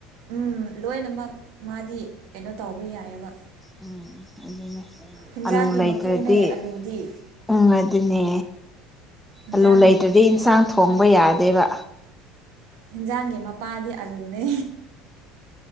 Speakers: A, on the right; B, in the centre.
A: ꯎꯝ ꯂꯣꯏꯅꯃꯛ ꯃꯥꯗꯤ ꯀꯩꯅꯣ ꯇꯧꯕ ꯌꯥꯏꯑꯕ
B: ꯎꯝ ꯑꯗꯨꯅꯦ
A: ꯍꯤꯟꯖꯥꯡꯒꯤ
B: ꯑꯂꯨ ꯂꯩꯇ꯭ꯔꯗꯤ
A: ꯃꯄꯨꯅꯦ ꯑꯂꯨꯗꯤ
B: ꯎꯝ ꯑꯗꯨꯅꯦ
A: ꯍꯤꯟꯖꯥꯡꯒꯤ
B: ꯑꯂꯨ ꯂꯩꯇ꯭ꯔꯗꯤ
A: ꯃꯄꯨ
B: ꯏꯟꯁꯥꯡ ꯊꯣꯡꯕ ꯌꯥꯗꯦꯕ
A: ꯍꯤꯟꯖꯥꯡꯒꯤ ꯃꯄꯥꯗꯤ ꯑꯂꯨꯅꯦ